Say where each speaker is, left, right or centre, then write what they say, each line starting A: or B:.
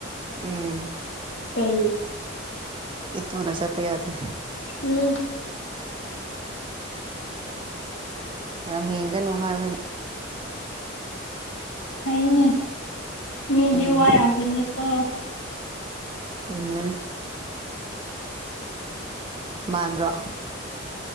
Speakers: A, on the right; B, on the left.
A: ꯎꯝ
B: ꯀꯩ
A: ꯏꯠꯇꯅ ꯁꯠꯇ ꯌꯥꯗꯦ
B: ꯎꯝ
A: ꯅ ꯍꯗꯅꯅꯨꯡ ꯍꯥꯏꯥꯏꯕ
B: ꯑꯩꯅꯦ ꯃꯤ
A: ꯎꯝ
B: ꯌ ꯋꯥ ꯌꯥꯝ ꯏꯂ ꯇ
A: ꯅꯦ ꯃꯥꯟꯥꯟꯕ꯭ꯔꯣ